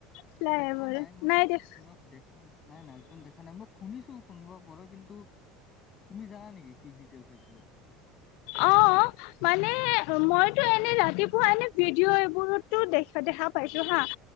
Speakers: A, on the left; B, on the left.
A: ফ্লাই
B: দেখা
A: অভাৰ
B: নাই মই
A: দেখা
B: দেখা নাই নাই একদম দেখা নাই মই শুনিছো কোনোবা। প কিন্তু তুমি জানা নেকি কি? ডিটেইলছ হৈছিলে
A: অ মানে মই, ত এনে ৰাতিপুৱা এনে ভিডিঅ' এইবোৰতো দেখা দেখা পাইছো হা